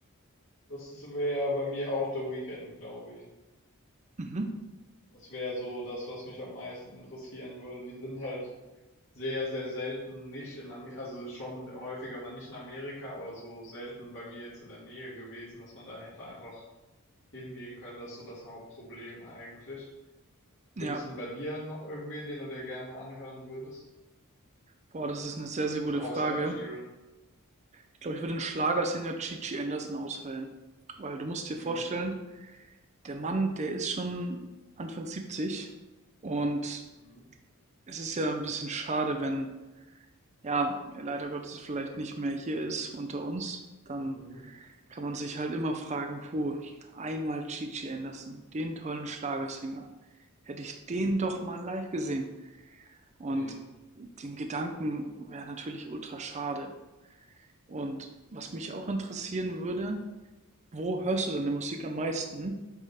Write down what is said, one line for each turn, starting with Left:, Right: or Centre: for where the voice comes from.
Left: Das wäre bei mir auch The Weeknd, glaube ich.
Right: Mhm.
Left: Das wäre so das, was mich am meisten interessieren würde. Die sind halt Sehr, sehr selten nicht in Ame also schon häufiger mal nicht in Amerika, aber so selten bei mir jetzt in der Nähe gewesen, dass man da hätte einfach hingehen können. Das ist so das Hauptproblem eigentlich.
Right: Ja,
Left: Gibt's denn bei dir noch irgendwen, den du dir gerne mal anhören würdest?
Right: boah, das ist eine sehr, sehr
Left: Also
Right: gute
Left: außer
Right: Frage.
Left: Ed Sheeran.
Right: Ich glaube, ich würde den Schlagersänger Gigi Anderson auswählen, weil du musst dir
Left: Mhm.
Right: vorstellen, der Mann, der ist schon Anfang 70 und
Left: Mhm.
Right: es ist ja ein bisschen schade, wenn, ja, er leider Gottes vielleicht nicht mehr hier ist unter uns. Dann
Left: Mhm.
Right: kann man sich halt immer fragen, puh, einmal Gigi Anderson, den tollen Schlagersänger. Hätte ich den doch mal live gesehen. Und
Left: Mhm.
Right: den Gedanken wäre natürlich ultra schade. Und was mich auch interessieren würde, wo hörst du deine Musik am meisten?